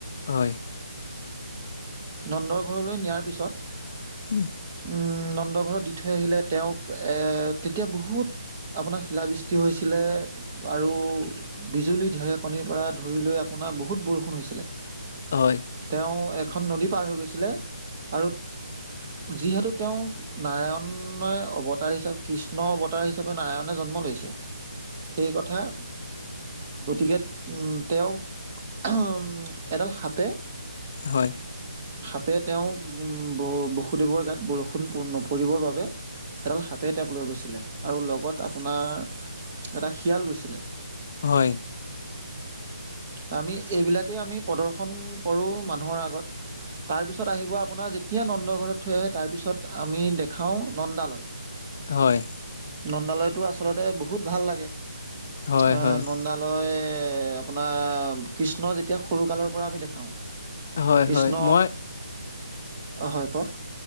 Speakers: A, on the left; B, on the right.
A: হয়
B: নন্দৰ ঘৰলৈ নিয়াৰ পিছত
A: উম,
B: উম, নন্দ ঘৰত দি থৈ আহিলে তেওঁক এ তেতিয়া বহুত আপোনাৰ খিলাবৃষ্টি হৈছিলে আৰু বিজুলী ঢেৰেকণীৰ পৰা ধৰি লৈ আপোনাৰ বহুত বৰষুণ হৈছিলে
A: হয়
B: তেওঁ এখন নদী পাৰ হৈ গৈছিলে আৰু যিহেতু তেওঁ নাৰায়ণে অৱতাৰ হিচাপে কৃষ্ণ অৱতাৰ হিচাপে নাৰায়ণ জন্ম লৈছে সেই কথা গতিকে তেওঁ এডাল হাপে
A: হয়
B: সাপে তেওঁ বসুদেৱৰ গাত বৰষুণ নপৰিবৰ বাবে এডাল সাপে তপ লৈ গৈছিলে আৰু লগত আপোনাৰ এটা শিয়াল গৈছিলে
A: হয়
B: আমি এইবিলাকেই আমি প্ৰদৰ্শন কৰোঁ মানুহৰ আগত তাৰপিছত আহিব আপোনাৰ এতিয়া নন্দ ঘৰত থৈ আহে তাৰপিছত আমি দেখাওঁ নন্দালয়
A: হয়
B: নন্দালয়তটো আচলতে বহুত ভাল লে
A: হয়,
B: আপোনালৈ
A: হয়,
B: আপোনাৰ কৃষ্ণ যেতিয়া সৰুকালৰ পৰা আমি দেখাওঁ
A: হয়, হয়,
B: কৃষ্ণ
A: হয়। মই
B: হয় কওক